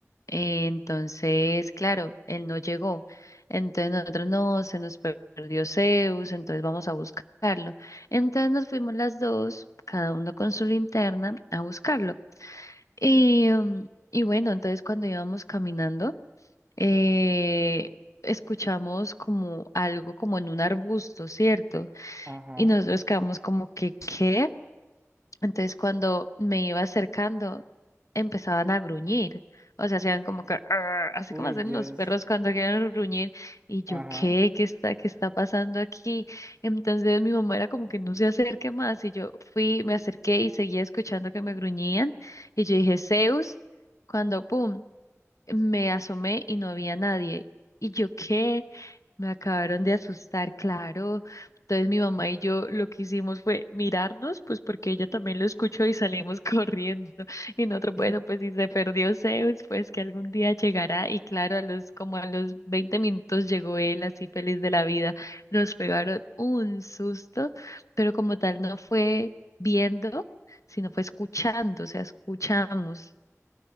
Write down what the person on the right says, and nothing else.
Ajá.
Uy,
Dios.
Ajá.
<laughs>